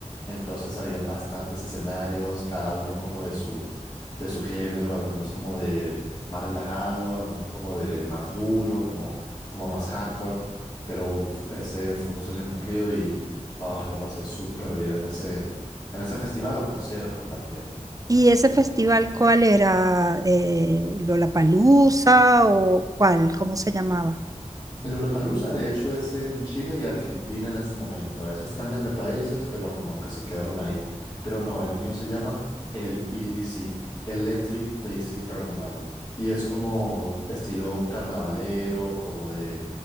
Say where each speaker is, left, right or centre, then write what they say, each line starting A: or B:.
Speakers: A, on the left (about 25°); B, on the right (about 30°).
A: Entonces habían bastantes escenarios, cada uno como de su, de su género, algunos como de más relajado, algunos como de más duro, como como más hardcore, pero uf, ese fue un sueño cumplido y ah, la pasé súper bien en ese, en ese festival o concierto también.
B: ¿Y ese festival cuál era? Eh, ¿Lollapalooza o cuál? ¿Cómo se llamaba?
A: El Lollapalooza de hecho es en Chile y Argentina en este momento. A veces cambian de países, pero como que se quedaron ahí. Pero no, el mío se llama el EDC, Electric Daisy Carnival. Y es como estilo carnavalero, como de,